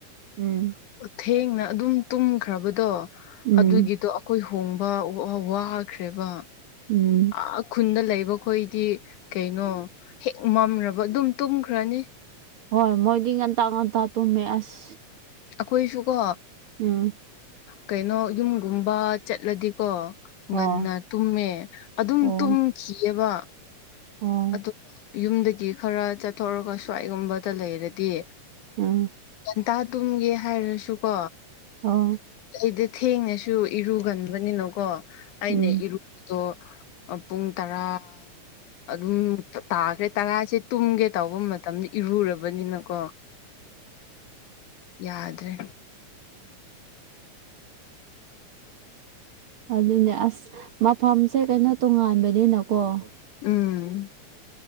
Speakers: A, on the right (about 55°); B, on the left (about 90°).
A: ꯎꯝ
B: ꯊꯦꯡꯅ ꯑꯗꯨꯝ ꯇꯨꯝꯈ꯭ꯔꯕꯗꯣ
A: ꯎꯝ
B: ꯑꯗꯨꯒꯤꯗꯣ ꯑꯩꯈꯣꯏ ꯊꯣꯡꯕ ꯋꯥꯈ꯭ꯔꯦꯕ
A: ꯎꯝ
B: ꯑ ꯈꯨꯟꯗ ꯂꯩꯕꯈꯣꯏ ꯀꯩꯅꯣ ꯍꯦꯛ ꯃꯝꯕ ꯑꯗꯨꯝ ꯇꯨꯝꯈ꯭ꯔꯅꯤ
A: ꯍꯣꯏ ꯃꯣꯏꯗꯤ ꯉꯟꯇꯥ ꯉꯟꯇꯥ ꯇꯨꯝꯃꯦ ꯑꯁ
B: ꯑꯩꯈꯣꯏꯁꯨꯀꯣ
A: ꯎꯝ
B: ꯀꯩꯅꯣ ꯌꯨꯝꯒꯨꯝꯕ ꯆꯠꯂꯗꯤꯀꯣ
A: ꯍꯣꯏ
B: ꯉꯟꯅ ꯇꯨꯝꯃꯦ ꯑꯗꯨꯝ
A: ꯑꯣ
B: ꯇꯨꯝꯈꯤꯑꯕ
A: ꯑꯣ
B: ꯑ ꯌꯨꯝꯗꯒꯤ ꯈꯔ ꯆꯠꯊꯣꯛꯔꯒ ꯁ꯭ꯋꯥꯏꯒꯨꯝꯕꯗ ꯂꯩꯔꯗꯤ
A: ꯑꯝ
B: ꯏꯟꯇꯥ ꯇꯨꯝꯒꯦ ꯍꯥꯏꯔꯁꯨꯀꯣ
A: ꯑ
B: ꯁꯤꯗ ꯊꯦꯡꯅꯁꯨ ꯏꯔꯨꯒꯟꯕꯅꯤꯅꯀꯣ ꯑꯩꯅ
A: ꯎꯝ
B: ꯏꯔꯨꯕꯗꯣ ꯄꯨꯡ ꯇꯔꯥ ꯑꯗꯨꯝ ꯇꯥꯈ꯭ꯔꯦ ꯇꯔꯥꯁꯦ ꯇꯨꯝꯒꯦ ꯇꯧꯕ ꯃꯇꯝꯗ ꯏꯔꯨꯔꯕꯅꯤꯅꯀꯣ ꯌꯥꯗ꯭ꯔꯦ
A: ꯑꯗꯨꯅꯦ ꯑꯁ ꯃꯐꯝꯁꯦ ꯀꯩꯅꯣ ꯇꯣꯉꯥꯟꯕꯅꯤꯅꯀꯣ ꯎꯝ
B: ꯎꯝ